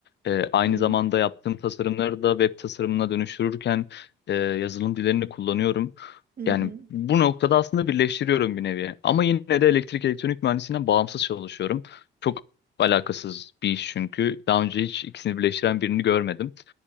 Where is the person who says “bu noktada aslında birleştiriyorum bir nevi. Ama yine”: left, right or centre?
Left